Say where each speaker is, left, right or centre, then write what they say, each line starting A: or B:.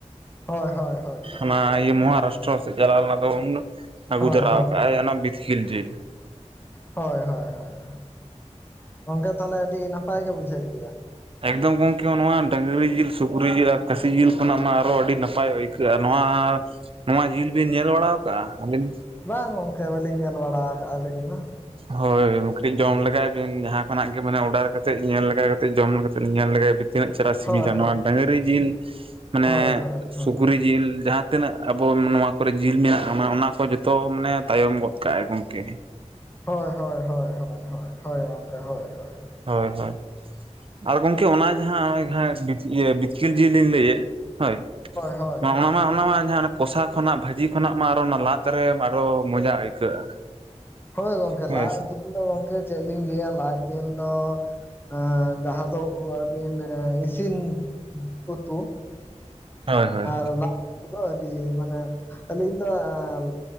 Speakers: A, on the left (about 15°); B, on the right (about 50°).
A: ᱦᱳᱭ ᱦᱳᱭ ᱦᱳᱭ ᱦᱳᱭ
B: ᱚᱱᱟ ᱤᱭᱟᱹ ᱢᱚᱦᱟᱨᱟᱥᱴᱨᱚ ᱥᱮᱫ ᱪᱟᱞᱟᱣ ᱞᱮᱱᱟ ᱛᱚ ᱩᱱ ᱟᱹᱜᱩ
A: ᱦᱳᱭ
B: ᱛᱚᱨᱟ
A: ᱦᱳᱭ
B: ᱟᱠᱟᱫᱼᱟᱭ ᱚᱱᱟ ᱵᱤᱛᱠᱤᱞ ᱡᱮᱞ᱾
A: ᱦᱳᱭ ᱦᱳᱭ ᱦᱳᱭ, ᱜᱚᱝᱠᱮ ᱛᱟᱦᱚᱞᱮ ᱟᱹᱰᱤ ᱱᱟᱯᱟᱭ ᱜᱮ ᱵᱩᱡᱷᱟᱹᱜ ᱜᱮᱭᱟ?
B: ᱮᱠᱫᱚᱢ ᱜᱚᱝᱠᱮ ᱱᱚᱣᱟ ᱰᱟᱹᱝᱨᱤ ᱡᱤᱞ ᱥᱩᱠᱨᱤ ᱡᱤᱞ ᱟᱨ ᱠᱟᱹᱥᱤ ᱡᱤᱞ ᱠᱷᱚᱱᱟᱜ ᱢᱟ ᱟᱨᱚ ᱟᱹᱰᱤ ᱱᱟᱯᱟᱭ ᱟᱹᱭ ᱱᱚᱣᱟ ᱱᱚᱣᱟ ᱡᱤᱞ ᱵᱤᱱ ᱧᱮᱞ ᱵᱟᱲᱟ ᱠᱟᱜᱼᱟ, ᱟᱹᱵᱤᱱ?
A: ᱵᱟᱝ ᱜᱚᱝᱠᱮ ᱵᱟᱹᱞᱤᱧ ᱧᱮᱞ ᱵᱟᱲᱟ ᱠᱟᱜᱼᱟ ᱟᱞᱤᱧ ᱫᱚ ᱾
B: ᱦᱳᱭ <unintelligible> ᱡᱚᱢ ᱞᱮᱜᱟᱭ ᱵᱤᱱ ᱡᱟᱦᱟᱸ ᱠᱷᱚᱱᱟᱜ ᱜᱮ ᱢᱟᱱᱮ ᱚᱰᱟᱨ ᱠᱟᱛᱮ ᱧᱮᱞ ᱞᱮᱜᱟ ᱠᱟᱛᱮᱫ ᱡᱚᱢ ᱠᱟᱛᱮ ᱧᱮᱞ ᱞᱮᱜᱟᱭ ᱵᱤᱱ ᱾ ᱛᱤᱱᱟᱹᱜ ᱪᱮᱦᱨᱟ ᱥᱤᱵᱤᱞᱟ,
A: ᱦᱳᱭ
B: ᱱᱚᱣᱟ ᱰᱟᱸᱝᱨᱤ ᱡᱤᱞ ᱢᱟᱱᱮ
A: ᱦᱳᱭ ᱦᱳᱭ ᱦᱳᱭ
B: ᱥᱩᱠᱨᱤ ᱡᱤᱞ ᱡᱟᱦᱟᱸ ᱛᱤᱱᱟᱹᱜ ᱟᱵᱚ ᱱᱚᱣᱟ ᱠᱚᱨᱮ ᱡᱤᱞ ᱢᱮᱱᱟᱜᱼᱟ ᱢᱟᱱᱮ ᱚᱱᱟ ᱠᱚ ᱡᱚᱛᱚ ᱢᱟᱱᱮ ᱛᱟᱭᱚᱢ ᱜᱚᱫ ᱠᱟᱜᱼᱟᱭ ᱜᱚᱢᱠᱮ᱾
A: ᱦᱳᱭ ᱦᱳᱭ ᱦᱳᱭ ᱦᱳᱭ ᱦᱳᱭ ᱦᱳᱭ ᱦᱳ ᱜᱚᱢᱠᱮ ᱦᱳᱭ ᱦᱳᱭ
B: ᱦᱳᱭ ᱦᱳᱭ ᱟᱨ ᱜᱚᱝᱠᱮ ᱚᱱᱟ ᱡᱟᱦᱟᱸ ᱦᱚᱜᱼᱚᱭ <unintelligible> ᱵᱤᱛ ᱵᱤᱛᱠᱤᱞ ᱡᱤᱞ ᱞᱤᱧ ᱞᱟᱹᱭᱮᱫ ᱦᱳᱭ
A: ᱦᱳᱭ ᱦᱳᱭ
B: ᱚᱱᱟ ᱢᱟ ᱚᱱᱟ ᱢᱟ ᱡᱟᱦᱟᱸ ᱠᱚᱥᱟ ᱠᱷᱚᱱᱟᱜ ᱵᱷᱟᱹᱡᱤ ᱠᱷᱚᱱᱟᱜ ᱢᱟ ᱟᱨᱚ ᱚᱱᱟ ᱞᱟᱫ ᱨᱮ ᱟᱨᱚ ᱢᱚᱡᱟ ᱟᱹᱭᱠᱟᱹᱜᱼᱟ
A: ᱦᱳᱭ ᱜᱚᱝᱠᱮ
B: ᱦᱮᱸ
A: ᱞᱟᱡ
B: ᱥᱮ
A: ᱡᱤᱞ ᱫᱚ ᱜᱚᱝᱠᱮ ᱪᱮᱫ ᱞᱤᱧ ᱞᱟᱹᱭᱟ ᱞᱟᱡ ᱡᱮᱞ ᱫᱚ ᱟ ᱡᱟᱦᱟᱸ ᱫᱚ ᱚ ᱟᱹᱵᱤᱱ ᱤᱥᱤᱱ ᱩᱛᱩ
B: ᱦᱳᱭ ᱦᱳᱭ
A: ᱟᱨ <inaudible> ᱠᱚᱫᱚ ᱟᱹᱰᱤ ᱢᱟᱱᱮ ᱟᱹᱞᱤᱧ ᱫᱚ ᱮᱸ